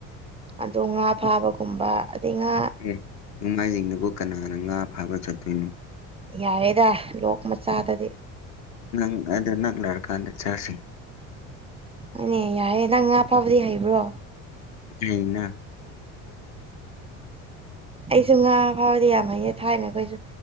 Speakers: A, on the right (about 15°); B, on the left (about 55°).
A: ꯑꯗꯣ ꯉꯥ ꯐꯥꯕꯒꯨꯝꯕ ꯑꯗꯩ ꯉꯥ
B: ꯑꯦ ꯅꯣꯡꯃꯥꯏꯖꯤꯡꯗꯕꯨ ꯀꯅꯥꯅ ꯉꯥ ꯐꯥꯕ ꯆꯠꯇꯣꯏꯅꯣ
A: ꯌꯥꯔꯦꯗ ꯂꯣꯛ ꯃꯆꯥꯗꯗꯤ
B: ꯅꯪ ꯑꯗ ꯅꯪ ꯂꯣꯏꯔꯀꯥꯟꯗ ꯆꯥꯁꯤ
A: ꯑꯅꯦ ꯌꯥꯏꯦ ꯅꯪ ꯉꯥ ꯐꯕꯗꯤ ꯍꯩꯕ꯭ꯔꯣ
B: ꯍꯅ
A: ꯑꯩꯁꯨ ꯉꯥ ꯐꯥꯎꯕꯗꯤ ꯌꯥꯝ ꯍꯩꯌꯦ ꯊꯥꯏꯅ ꯑꯩꯈꯣꯏꯁꯨ